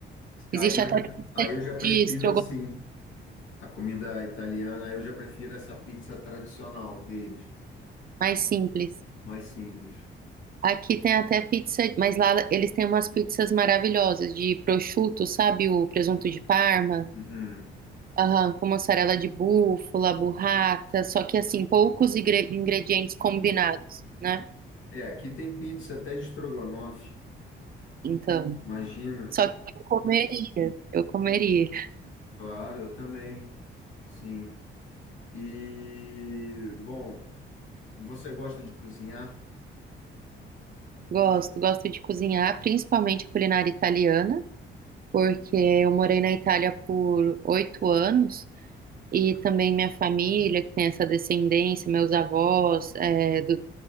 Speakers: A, on the right; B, on the left.
A: Existe
B: Aí eu,
A: até
B: já-
A: pizza
B: aí eu já prefiro
A: de estrogonofe
B: assim, a comida italiana, aí eu já prefiro essa pizza tradicional deles,
A: mais simples.
B: mais simples.
A: Aqui tem até pizza, mas lá eles têm umas pizzas maravilhosas de prosciutto, sabe? O presunto de Parma,
B: Uhum.
A: aham, com mussarela de búfala, burrata, só que assim, poucos ingre- ingredientes combinados, né?
B: É, aqui tem pizza até de estrogonofe,
A: Então,
B: imagina.
A: só que eu comeria, eu comeria.
B: Claro, eu também, sim. E, bom, e você gosta de cozinhar?
A: Gosto, gosto de cozinhar, principalmente a culinária italiana, porque eu morei na Itália por oito anos. E também minha família, que tem essa descendência, meus avós, é, do-